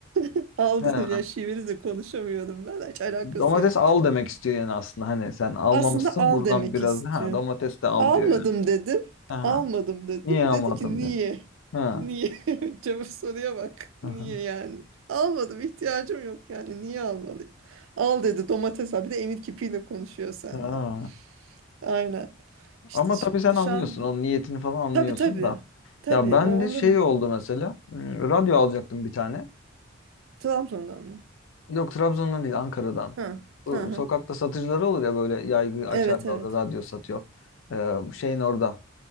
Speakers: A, on the right; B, on the left.
A: <laughs> Aldın
B: Ha.
A: ya şiveri de konuşamıyorum ben. Hiç alakası
B: Domates
A: yok.
B: al demek istiyor yani aslında. Hani sen almamışsın
A: Aslında al
B: buradan
A: demek
B: biraz
A: istiyor.
B: ha domates de al
A: Almadım
B: diyor yani.
A: dedim.
B: Aha.
A: Almadım dedim.
B: Niye almadın
A: Dedi ki niye?
B: diyor. Ha.
A: Niye? <laughs> Cevap soruya bak.
B: Aha.
A: Niye yani? Almadım ihtiyacım yok yani. Niye almalıyım? Al dedi domates abi de emir kipiyle konuşuyor seninle.
B: Ha.
A: Aynen. İşte
B: Ama
A: şi-
B: tabii sen
A: dışarı...
B: anlıyorsun. Onun niyetini falan anlıyorsun
A: Tabii tabii.
B: da.
A: Tabii
B: Ya ben
A: o onların.
B: de şey oldu mesela. hmm, Radyo alacaktım bir tane.
A: Trabzon'dan mı?
B: Yok Trabzon'dan değil Ankara'dan.
A: Ha,
B: Bu
A: ha, ha.
B: sokakta satıcıları olur ya böyle yaygı açarlar
A: Evet evet.
B: da radyo satıyor. Ee, bu şeyin orada.